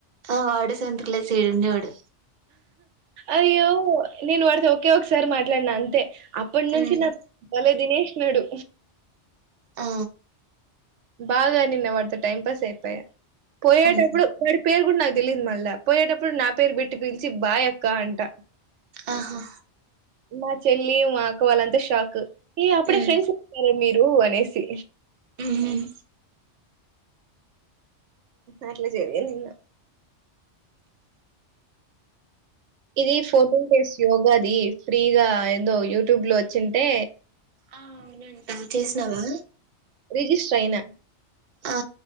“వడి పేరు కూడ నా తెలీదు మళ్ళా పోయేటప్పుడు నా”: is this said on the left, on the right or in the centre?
Right